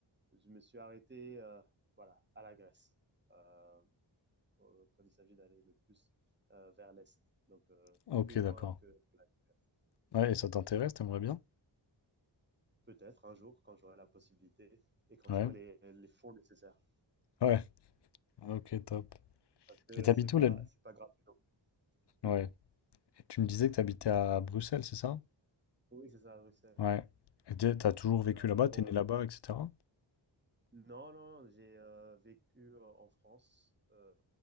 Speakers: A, on the right (about 25°); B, on the left (about 60°).
A: je me suis arrêté, euh, voilà, à la Grèce, euh, quand quand il s'agit d'aller le plus euh, vers l'est. Donc, euh,
B: ok,
A: pas plus loin
B: d'accord.
A: que que la Grèce.
B: Ouais, et ça t'intéresse, t'aimerais bien?
A: Peut-être un jour, quand j'aurai la possibilité et quand
B: Ouais,
A: j'aurai les, les fonds nécessaires,
B: ouais, ok, top.
A: parce que
B: Et t'habites
A: c'est pas,
B: où là?
A: c'est pas gratuit non plus.
B: Ouais.
A: Hmm
B: Et tu me disais que t'habitais à Bruxelles, c'est ça?
A: Oui, c'est ça, Bruxelles.
B: Ouais. Et t'es- t'as toujours
A: Et
B: vécu
A: euh,
B: là-bas,
A: bon,
B: t'es né là-bas, etc.
A: Non, non, j'ai euh, vécu euh, en France, euh,